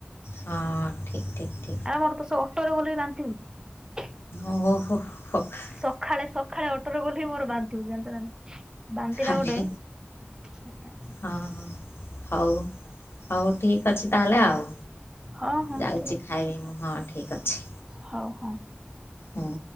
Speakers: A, on the left; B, on the right.
A: ହଁ, ଠିକ ଠିକ୍।
B: ଆମର ତ ସେ ଅଟୋରେ ଗଲେ ବାନ୍ତି ହୁଏ।
A: ଓହୋ ହୋ। <unintelligible>
B: ସକାଳେ, ସକାଳେ ଅଟୋରେ ଗଲେ ବି ମୋର ବାନ୍ତି। ଜା ନା ବାନ୍ତି ଟା
A: ଆରେ
B: ଗୋଟେ। <unintelligible>
A: ହଁ, ହଁ, ହଉ, ହଉ ଠିକ୍ ଅଛି ତାହେଲେ ଆଉ।
B: ହଁ ହଁ
A: ଯାଉଛି
B: ଠିକ ଅଛି
A: ଖାଇବି ମୁଁ। ହଁ, ଠିକ ଅଛି।
B: ହଉ, ହଉ।
A: ହଁ।